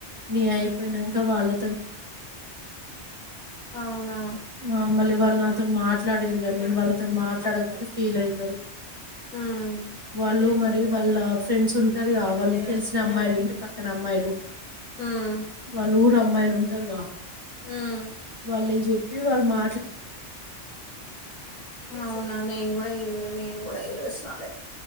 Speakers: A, on the right; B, on the left.
A: నీ అయిపోయినం కవాల
B: అవునా
A: ఆ మళ్ళీ వాళ్ళు నాతోని మా ట్లాడిరు కానీ
B: ఏమంటావ్
A: నేను వాళ్ళతోని మాట్లాడకపోతే
B: నానంటావ్
A: ఫీల్ ఐతారు
B: ఉమ్
A: వాళ్ళు
B: చెప్పినా
A: మరి
B: కదా నువ్వు
A: వాళ్ళ
B: అట్లా ఉంటావు
A: ఫ్రెండ్స్ ఉంటారుగా వాళ్ళు
B: అదే ఒకటి
A: తెలిసిన
B: చూడాలి
A: అమ్మాయిలు
B: వచ్చింది
A: ఇంటి పక్కన అమ్మాయిలు
B: ఉమ్
A: వాళ్ళు ఊరు అమ్మాయిలు ఉంటారు
B: ఉమ్
A: వాళ్ళ్ నేను చెప్పి వాళ్ళు మా
B: అవునా నేను కూడా ఇగ నేను కూడా ఈ రోస్ తాలే